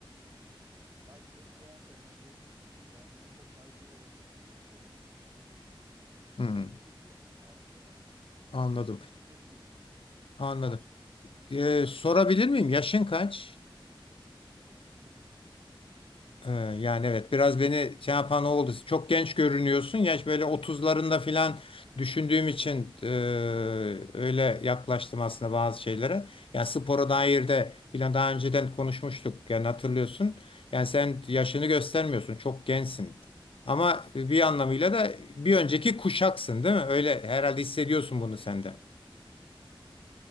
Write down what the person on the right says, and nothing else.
belki bir 10 sene önce kendime çok daha iyi bir yol haritası çizmiş olsam ülkeyi
terk edebilirdim ama artık edemem.
Etmeyi düşünebilirdim ya da.
Anlatabiliyorum
derdim.
Yaşım kırk iki
Yani işte tabii canım.